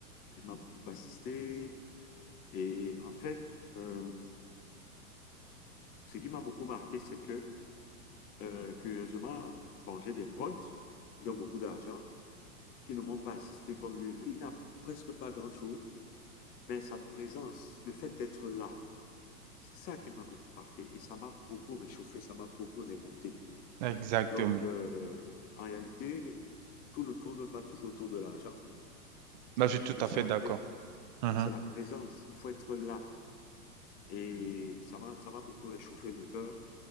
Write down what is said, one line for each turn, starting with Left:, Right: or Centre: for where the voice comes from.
Left: il m'a beaucoup assisté. Et en fait, euh, ce qui m'a beaucoup marqué, c'est que, euh, curieusement, bon, j'ai des potes qui ont beaucoup d'argent, qui ne m'ont pas assisté comme lui. Lui, il n'a presque pas grand-chose, mais sa présence, le fait d'être là, c'est ça qui m'a beaucoup marqué. Et ça m'a beaucoup réchauffé, ça m'a beaucoup remonté.
Right: Exactement.
Left: Donc, euh, en réalité, tout ne tourne pas toujours autour de l'argent,
Right: Là,
Left: euh,
Right: je suis tout
Left: mais
Right: à
Left: c'est
Right: fait
Left: la,
Right: d'accord.
Left: pré-
Right: Mhm,
Left: c'est la présence. Il faut être là. Et ça m'a, ça m'a beaucoup réchauffé le cœur.